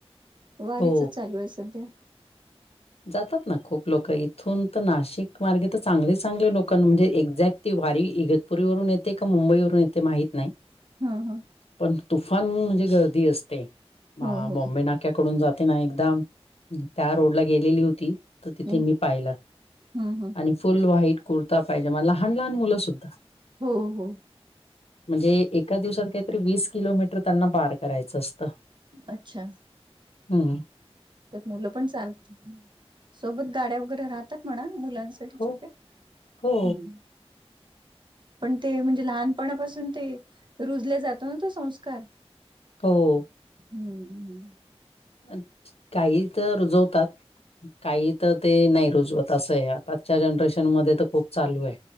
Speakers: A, on the right; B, on the left.
A: वारीचच
B: हो.
A: चालू आहे सध्या.
B: जातात ना खूप लोक इथून तर नाशिक मार्गे तर चांगले चांगले लोक म्हणजे एक्झॅक्ट. ती वारी इगतपुरीवरून येते का मुंबईवरून येते माहीित नाही.
A: हा हा.
B: पण तुफान म्हणजे गर्दी असते
A: हो
B: हा
A: हो
B: बॉम्बे ना. तिकडून जाते ना एकदाम त्या रोडला गेलेली होती. तर तिथे
A: ह
B: मी पाहिलं,
A: ह
B: आणि फुल व्हाईट कुर्ता पाहिजे मग लहान-लहान मुलं सुुद्धा.
A: हो हो
B: <inaudible> म्हणजे एका दिवसा काहीतरी वीस किलोमीटर त्यांना पार करायचं असतं.
A: अच्छा!
B: हम्म.
A: मुलं पण चालत सोबत गाड्या वगैरे राहतात म्हणा मुलांच.
B: हो
A: छोटे
B: हो
A: हम्म. पण ते म्हणजे लहानपणापासून ते रुजले जातो ना ते संस्कार.
B: हो.
A: हम्म हम्म.
B: अच्छा, काही तर रुजवतात. काही तर ते नाही रुजवत असं आहे आताच्या जनरेशन मध्ये तर खूप चालू आहे.